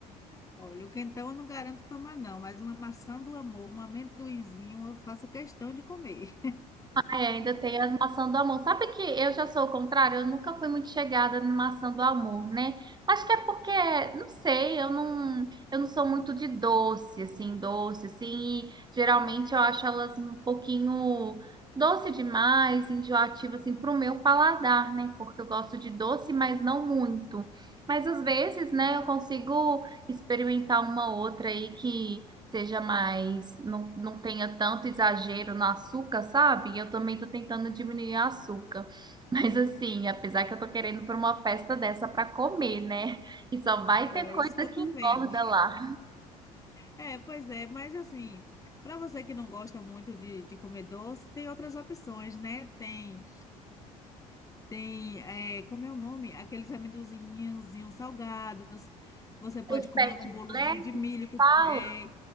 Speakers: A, on the left; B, on the right.
A: Olha, o quentão eu não garanto tomar, não, mas uma maçã do amor, um amendoinzinho, eu faço questão de comer.
B: Ai, ainda tem as maçãs do amor. Sabe que eu já sou o contrário? Eu nunca fui muito chegada na maçã do amor, né? Acho que é porque, não sei, eu não, eu não sou muito de doce, assim, doce, assim, e geralmente eu acho elas um pouquinho doce demais, enjoativa, assim, pro meu paladar, né? Porque eu gosto de doce, mas não muito. Mas às vezes, né, eu consigo experimentar uma outra aí que seja mais, não, não tenha tanto exagero no açúcar, sabe? Eu também tô tentando diminuir o açúcar. <laughs> Mas assim, apesar que eu tô querendo para uma festa dessa para comer, né? E só vai ter
A: É
B: coisa
A: isso que eu
B: que
A: tô
B: engorda
A: vendo.
B: lá.
A: É, pois é, mas assim, para você que não gosta muito de, de comer doce, tem outras opções, né? Tem, tem, é, como é o nome? Aqueles amendozinhos salgados. Você pode
B: Os
A: comer
B: pet
A: um bolozinho
B: flags
A: de
B: que
A: milho.
B: você
A: Que,
B: fala?
A: é,